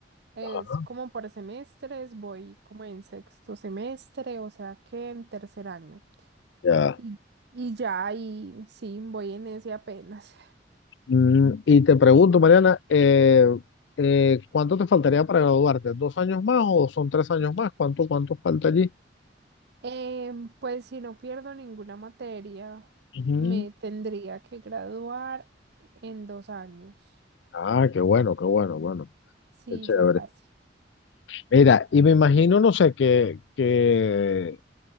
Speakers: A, on the right; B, on the left.
A: es
B: Ajá,
A: como por semestres, voy como en sexto semestre, o sea que en tercer año.
B: ya.
A: Y, y ya, y sí, voy en ese apenas.
B: Mm, y te pregunto, Mariana, eh, eh, ¿cuánto te faltaría para graduarte? ¿Dos años más o son tres años más? ¿Cuánto, cuánto falta allí?
A: <laughs> Em, pues si no pierdo ninguna materia,
B: Ujú.
A: me tendría que graduar en dos años.
B: Ah, qué bueno, qué bueno, bueno,
A: Sí,
B: qué chévere.
A: ya casi.
B: Mira, y me imagino, no sé, que, que